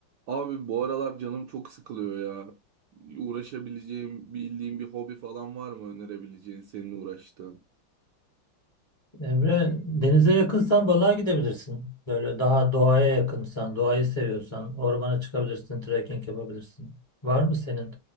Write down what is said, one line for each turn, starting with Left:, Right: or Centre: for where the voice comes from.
Right: Abi bu aralar canım çok sıkılıyor ya. Uğraşabileceğim, bildiğim bir hobi falan var mı önerebileceğin senin uğraştığın?
Left: Emre, denize yakınsan balığa gidebilirsin. Böyle daha doğaya yakınsan, doğayı seviyorsan ormana çıkabilirsin, trekking yapabilirsin. Var mı senin